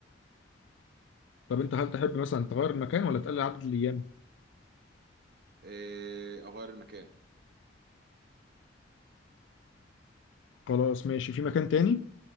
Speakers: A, on the left (about 70°); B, on the right (about 55°).
A: طب انت هل تحب مثلا تغير المكان ولا تقلل عدد الايام
B: إيه أغير المكان
A: خلاص ماشي في مكان تاني